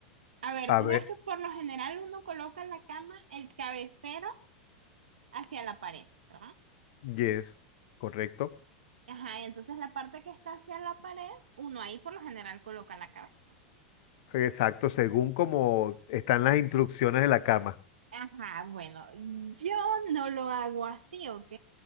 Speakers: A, on the right; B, on the left.
A: a ver,
B: a
A: tú
B: ver,
A: sabes que por lo general uno coloca la cama, el cabecero hacia la pared, ¿verdad?
B: yes, correcto.
A: Ajá, y entonces la parte que está hacia la pared, uno ahí por lo general coloca la cabeza.
B: Exacto, según como están las instrucciones de la cama.
A: Ajá, bueno, yo no lo hago así, ¿ok?